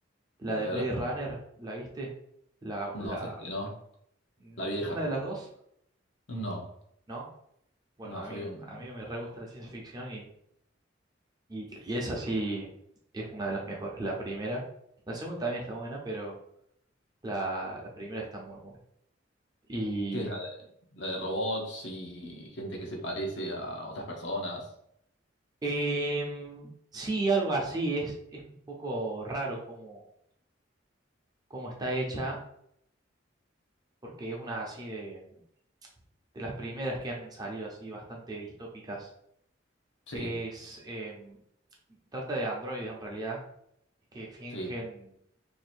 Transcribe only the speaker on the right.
La
de
Blade Runner, ¿la viste? La, la,
ninguna
de las dos,
¿no? Bueno,
a
mí, a
mí me re gusta la ciencia ficción y, y, y esa sí es una de las mejores. La primera. La segunda también está buena, pero. La, la primera está muy buena. Y
em, sí, algo así. Es, es un poco raro cómo, cómo está hecha, porque es una así de, de las primeras que han salido así bastante distópicas.
Es, em, trata de androides en realidad, que fingen